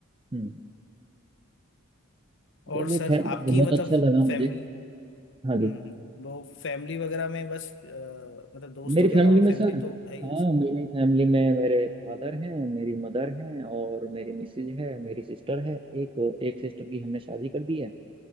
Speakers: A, on the right; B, on the left.
A: हम्म
B: और
A: यार
B: सर
A: ये खैर
B: आपकी
A: बहुत
B: मतलब
A: अच्छा लगा
B: फैमिली
A: मुझे हाँ जी
B: हम्म हम्म, वो फैमिली वगैरह में बस अ, मतलब दोस्तों
A: मेरी फैमिली
B: के अलावा
A: में
B: फैमिली
A: सर
B: तो है ही
A: हाँ
B: अच्छी
A: मेरी फैमिली में मेरे फादर हैं मेरी मदर हैं और मेरी मिसेज है मेरी सिस्टर है एक एक सिस्टर की हमने शादी कर दी है